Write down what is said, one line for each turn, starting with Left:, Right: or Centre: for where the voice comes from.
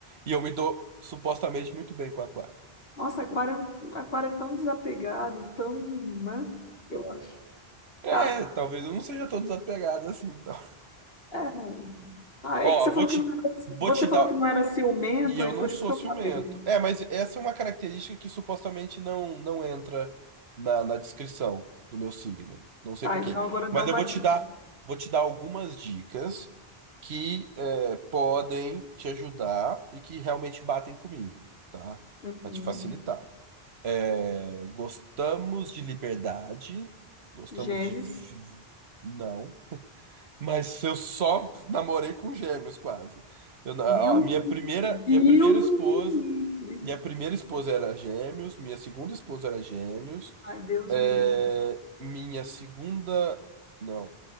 Right: E eu me dou supostamente muito bem com aquário.
Left: Nossa, aquário, é um, aquário é tão desapegado, tão, né? Eu acho.
Right: É,
Left: Tá.
Right: talvez eu não seja tão desapegado assim, então.
Left: É.
Right: <laughs>
Left: Ah,
Right: Ó,
Left: é que você falou
Right: vou te,
Left: que não era,
Right: vou
Left: você
Right: te
Left: falou
Right: dar.
Left: que não era ciumento,
Right: E eu
Left: aí por
Right: não sou
Left: isso que eu
Right: ciumento.
Left: falei.
Right: É, mas essa é uma característica que supostamente não, não entra na, na descrição do meu signo. Não sei
Left: Tá,
Right: por
Left: então
Right: quê.
Left: agora dá
Right: Mas
Left: uma
Right: eu vou
Left: dica.
Right: te dar, vou te dar algumas dicas que é, podem te ajudar e que realmente batem comigo, tá?
Left: Uhum.
Right: Pra te facilitar. É, gostamos de liberdade. Gostamos
Left: Gêmeos.
Right: de. fi- Não. Mas eu só namorei com gêmeos, quase. Eu na-
Left: Deus,
Right: a minha primeira,
Left: Deus
Right: minha primeira esposa.
Left: me livre.
Right: Minha primeira esposa era gêmeos. Minha segunda esposa era gêmeos.
Left: Ai, Deus
Right: é,
Left: me livre.
Right: minha segunda. Não.